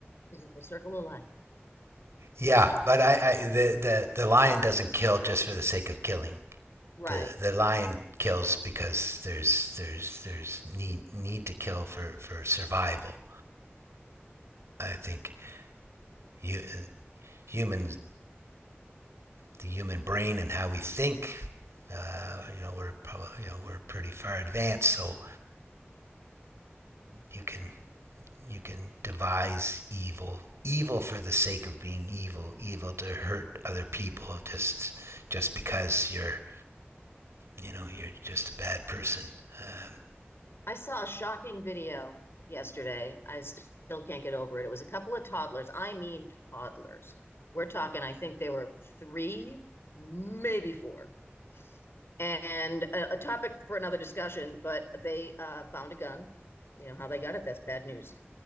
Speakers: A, on the left (about 65°); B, on the right (about 85°).
A: is it the circle of life?
B: Yeah, but I, I the, the the lion doesn't kill just for the sake of killing.
A: Right.
B: The the lion kills because there's there's there's need need to kill for for survival. I think you humans the human brain and how we think uh, you know we're probably you know we're pretty far advanced so you can you can devise evil evil for the sake of being evil evil to hurt other people just just because you're you know, you're just a bad person. Um,
A: I saw a shocking video yesterday. I st- still can't get over it. It was a couple of toddlers. I mean, toddlers. We're talking, I think they were three, maybe four and a, a topic for another discussion, but they uh, found a gun. You know how they got it? That's bad news.